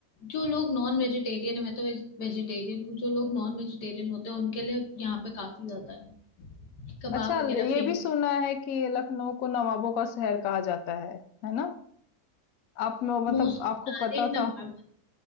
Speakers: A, on the left; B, on the left.
A: जो लोग नॉन वेजिटेरियन है मैं तो वेजिटेरियन हूँ जो लोग नॉन वेजिटेरियन होते हैं उनके लिए यहाँ पे काफी ज्यादा है कबाब
B: अच्छा
A: वगैरह
B: ल- ये
A: फेमस
B: भी सुना है कि लखनऊ को नवाबों का शहर कहा जाता है है ना आप में मतलब
A: मोस्टली
B: आपको
A: सारे
B: पता
A: नवाब
B: था